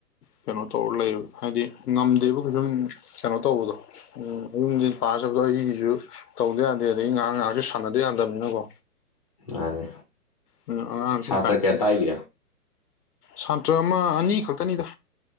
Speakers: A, on the left; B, on the left.
A: ꯀꯩꯅꯣ ꯇꯧꯔ ꯂꯩꯕ ꯍꯥꯏꯗꯤ ꯉꯝꯗꯦꯕ ꯀꯩꯁꯨꯝ ꯀꯩꯅꯣ ꯇꯧꯕꯗꯣ ꯎꯝ ꯌꯨꯝ ꯌꯦ ꯄꯥꯖꯕꯗꯣ ꯑꯩꯒꯤꯁꯨ ꯇꯧꯗ ꯌꯥꯗꯦ ꯑꯗꯒꯤ ꯉꯥꯏꯍꯥꯛ ꯉꯥꯏꯍꯥꯛꯁꯨ ꯁꯥꯟꯅꯗ ꯌꯥꯗꯕꯅꯤꯅꯀꯣ
B: ꯃꯥꯅꯦ
A: ꯎꯝ ꯑꯥꯡ
B: ꯁꯥꯇ꯭ꯔ
A: ꯁꯨꯝ ꯀꯥꯏ
B: ꯀꯌꯥ ꯇꯥꯛꯏꯒꯦ
A: ꯁꯥꯟꯇ꯭ꯔ ꯑꯃ ꯑꯅꯤ ꯈꯛꯇꯅꯤꯗ